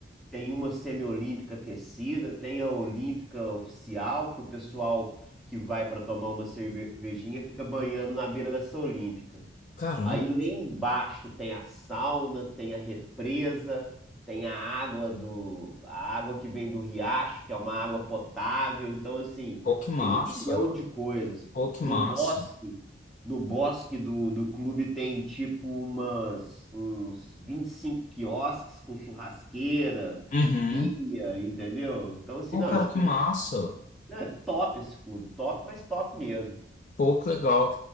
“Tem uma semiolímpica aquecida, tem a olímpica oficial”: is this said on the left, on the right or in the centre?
Centre